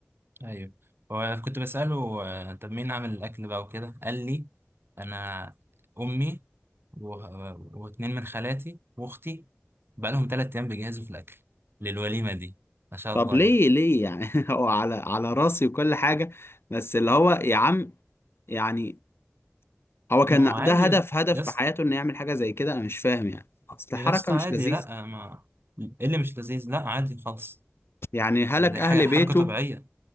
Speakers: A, on the right; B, on the left.
A: أيوه هو كنت بسأله آه، طب مين عامل الأكل بقى وكده قال لي أنا أمي و... واتنين من خالاتي وأختي بقى لهم تلات أيام بيجهزوا في الأكل للوليمة دي ما شاء
B: طب
A: الله
B: ليه
A: يعني
B: ليه يعني <laughs> هو على على راسي وكل حاجة بس اللي هو يا عم يعني هو كان
A: ما هو عادي
B: ده هدف هدف
A: يا اسطى
B: في حياته انه يعمل حاجة زي كده انا مش فاهم يعني اصل
A: يا
B: حركة
A: اسطى
B: مش
A: عادي
B: لذيذة
A: لأ ما إيه اللي مش لذيذ لأ عادي خالص
B: يعني هلك
A: ده دي
B: اهل
A: حاجة حركة
B: بيته
A: طبيعية